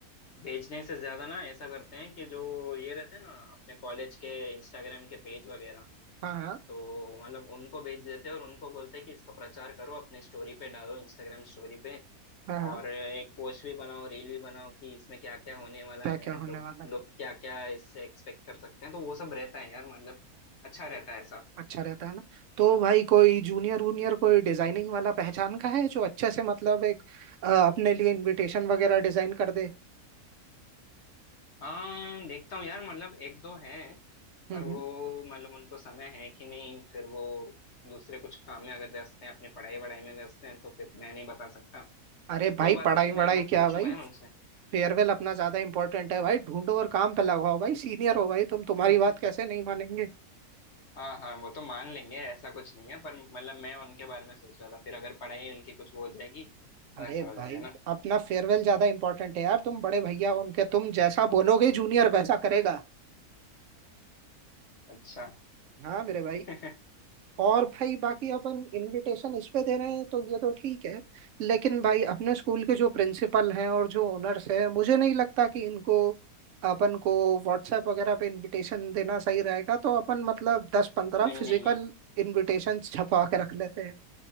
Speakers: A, on the left; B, on the right.
A: भेजने से ज्यादा ना ऐसा करते हैं कि जो ये रहते हैं ना अपने कॉलेज के इंस्टाग्राम के पेज वगैरह
B: हाँ
A: तो मतलब उनको बेच देते और उनको बोलते कि इसका प्रचार करो अपने स्टोरी पे डालो इंस्टाग्राम स्टोरी पे
B: हाँ हाँ
A: और एक पोस्ट भी बनाओ रील भी बनाओ कि इसमें क्या क्या होने वाला
B: क्या
A: है
B: क्या होने
A: लोग
B: वाला है।
A: लोग क्या क्या इससे एक्सपेक्ट कर सकते हैं तो वो सब रहता है यार मतलब अच्छा रहता है ऐसा
B: अच्छा रहता है ना तो भाई कोई जूनियर वूनियर कोई डिजाइनिंग वाला पहचान का है जो अच्छे से मतलब एक अ, अपने लिए इनविटेशन वगैरह डिजाइन कर दे
A: हाँ देखता हूँ यार मतलब एक दो हैं
B: हम्म
A: पर वो
B: हम्म।
A: मतलब उनको समय है कि नहीं फिर वो दूसरे कुछ काम में अगर व्यस्त हैं अपनी पढ़ाई वढ़ाई में व्यस्त हैं तो फिर मैं नहीं बता सकता
B: अरे भाई
A: कोई बात
B: पढ़ाई
A: नहीं
B: वढ़ाई
A: मैं एक बार
B: क्या
A: पूछूंगा
B: भाई
A: यार उनसे
B: फेयरवेल अपना ज्यादा इंपॉर्टेंट है भाई ढूंढो और काम पे लगाओ भाई सीनियर हो भाई तुम तुम्हारी
A: <laughs>
B: बात कैसे नहीं मानेंगे
A: हाँ हाँ वो तो मान लेंगे ऐसा कुछ नहीं है पर मतलब मैं उनके बारे में सोच रहा था फिर अगर पढ़ाई उनकी कुछ वो हो जाएगी तो
B: अरे
A: ऐसा हो
B: भाई
A: जाएगा ना
B: अपना फेयरवेल ज्यादा इंपॉर्टेंट है यार तुम बड़े भैया हो उनके तुम जैसा बोलोगे जूनियर वैसा करेगा
A: अच्छा
B: हाँ मेरे भाई
A: <laughs> नहीं
B: और भाई बाकी अपन इनविटेशन इस पे दे रहे हैं तो ये तो ठीक है लेकिन भाई अपने स्कूल के जो प्रिंसिपल हैं और जो ओनर्स हैं मुझे नहीं लगता कि इनको अपन को व्हाट्सएप वगैरह पे इनविटेशन देना सही रहेगा तो अपन मतलब दस पंद्रह
A: नहीं
B: फिजिकल
A: नहीं
B: इनविटेशन छपवा के रख लेते हैं